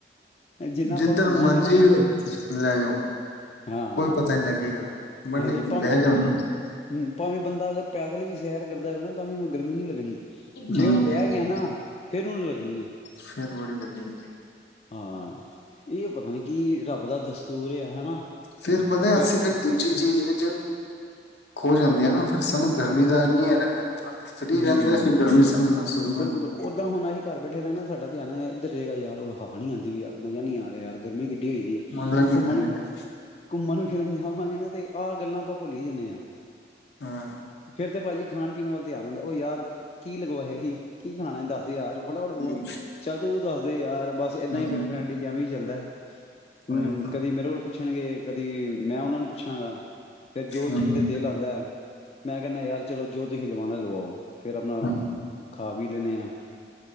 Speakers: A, on the left; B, on the left.
A: ਜਿੰਨਾ ਆਪਾਂ
B: ਜਿੰਦਰ
A: ਘੁੰਮਾਂਗੇ
B: ਮਰਜ਼ੀ
A: ਨਾ
B: ਲੈ ਜਾਓ
A: ਹਾਂ
B: ਕੋਈ ਪਤਾ ਨੀ ਲੱਗੇਗਾ। ਮਤਲਬ
A: ਹਾਂਜੀ।
B: ਕਿ
A: ਭਾਵੇਂ
B: ਬਹਿ ਜਾਓ ਨਾ
A: ਹਮ ਭਾਵੇਂ ਬੰਦਾ ਅਗਰ ਪੈਦਲ ਵੀ ਸੈਰ ਕਰਦਾ ਹੋਵੇ ਨਾ ਤਾਂ ਵੀ ਉਹਨੂੰ ਗਰਮੀ ਨੀ ਲੱਗਣੀ। ਜੇ
B: ਨਹੀਂ
A: ਉਹ
B: ਨਹੀਂ
A: ਬਹਿ ਗਿਆ ਨਾ ਫੇਿਰ ਉਹਨੂੰ <unintelligible>
B: ਫਿਰ ਬੜੀ ਲੱਗੇਗੀ
A: ਹਾਂ ਇਹ ਪਤਾ ਨੀ ਕਿ ਰੱਬ ਦਾ ਦੱਸ ਤੂਰਿਆ ਹਨਾ।
B: ਫੇਰ
A: ਬਹਿ
B: ਬੰਦੇ ਅਸੀਂ ਫਿਰ ਦੂ ਦੂਜੀ ਚੀਜ਼ ਵਿੱਚ ਖੋ ਜਾਂਦੇ ਆ ਨਾ ਫਿਰ ਸਾਨੂੰ ਗਰਮੀ ਦਾ <unintelligible> ਰਹਿੰਦਾ। ਇਤਨਾ ਫਰੀ
A: ਹਮ
B: ਰਹਿੰਦੇ ਆ, ਫਿਰ ਗਰਮੀ ਸਾਨੂੰ ਮਹਿਸੂਸ ਹੁੰਦੀ
A: ਬਿਲਕੁਲ
B: ਹੈ।
A: ਓਦਾਂ ਹੁਣ ਅਸੀਂ ਘਰ ਬੈਠੇ ਰਹਿੰਣਾ ਸਾਡਾ ਧਿਆਨ ਇਧਰ ਗਾ ਯਾਰ ਉਹ ਬਾਹਣੀ ਆਦੀ ਵੀ ਯਾਰ ਮਜ਼ਾ ਨੀ ਆ ਰਿਹਾ ਯਾਰ ਗਰਮੀ ਕਿੱਡੀ ਹੋਦੀ ਹੈ
B: ਮਜ਼ਾ ਨਹੀਂ
A: ਘੁੰਮਣ,
B: ਆ ਰਿਹਾ
A: ਘੁੰਮਣ ਫਿਰਨ ਜਾਵਾਂਗੇ ਨਾ ਤੇ ਆਹ ਗੱਲਾਂ ਆਪਾਂ ਭੁੱਲਹੀ ਜਾਨੇ ਆ।
B: ਹਾਂ
A: ਫਿਰ ਤੇ ਭਾਜੀ ਖਾਣ-ਪੀਣ ਵਾਲ ਧਿਆਨ ਹੁੰਦਾ ਉਹ ਯਾਰ ਕੀ ਲਗਵਾਇਆ ਹੀ ਕੀ ਖਾਣਾ ਦੱਸ। ਯਾਰ ਫਟਾਫਟ ਬੋਲ
B: ਠੀਕ
A: ਚੱਲ ਤੂੰ ਦੱਸਦੇ ਯਾਰ ਬਸ ਏਦਾਂ
B: ਮੈਨੂੰ
A: ਹੀ ਫਿਰ ਫਰੈਂਡ ਚ ਐਵੇਂ ਹੀ ਚੱਲਦਾ। ਹਮ
B: ਹੋਇਆ ਨਾ
A: ਕਦੀ ਮੇਰੇ ਕੋਲ ਪੁੱ ਪੁੱਛਣਗੇ ਕਦੀ ਮੈਂ ਉਹਨਾਂ ਨੂੰ ਪੁੱਛਾਂਗਾ। ਫਰ ਜੋ
B: ਹਮ,
A: ਚੀਜ਼ ਤੇ
B: ਹਮ।
A: ਦਿਲ ਆਉਂਦਾ ਮੈਂ ਕਹਿੰਦਾ ਯਾਰ ਚਲੋ ਜੋੋ ਤੁਸੀ ਲਵਣਾ ਲਵਾਓ। ਫੇਰ ਆਪਣਾ
B: ਹਮ।
A: ਖਾ ਵੀ ਦੇਨੇ ਆ।